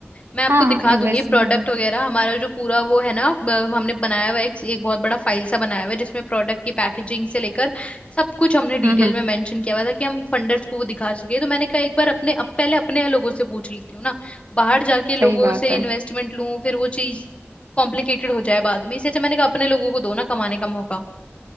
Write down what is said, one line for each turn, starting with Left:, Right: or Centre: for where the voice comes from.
Left: मैं आपको
Right: हाँ
Left: दिखा
Right: इन्वेस्ट
Left: दूंगी प्रोडक्ट
Right: भी करना
Left: वगैरह हमारा जो पूरा वो है ना अ, हमने बनाया हुआ है एक, एक बहुत बड़ा फाइल सा बनाया हुआ है जिसमें प्रोडक्ट की पैकेजिंग से लेकर सब कुछ हमने डिटेल
Right: हम्म
Left: में मेंशन किया हुआ था कि हम फंडर्स को वो दिखा सके तो मैंने कहा एक बार अपने अब पहले अपने लोगों से पूछ लेती हूँ ना बाहर
Right: हम्म
Left: जाके लोगों
Right: सही बात
Left: से
Right: है
Left: इन्वेस्टमेंट लूं फिर वो चीज कॉम्प्लिकेटेड हो जाए बाद में इससे अच्छा मैंने कहा अपने लोगों को दो ना कमाने का मौका